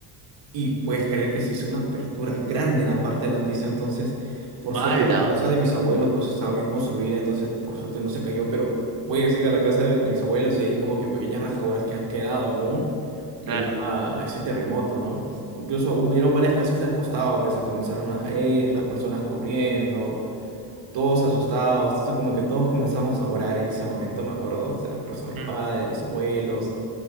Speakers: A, on the right; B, on the right.
A: y puedes creer que se hizo una apertura grande en la parte de la pista. Entonces, por
B: ¡Hala!
A: suerte, la casa de mis abuelos pues estaba bien construida. Entonces, por suerte no se cayó. Pero puedes ir a la casa de, de mis abuelos y hay como que pequeñas rajaduras que han quedado aún
B: Claro.
A: debido a ese terremoto, ¿no? Incluso hubieron varias casas del costado que se comenzaron a caer, las personas corriendo, todos asustados. Entonces, como que todos comenzamos a orar en ese momento, me acuerdo. O sea, por eso mis
B: mm.
A: padres, mis abuelos,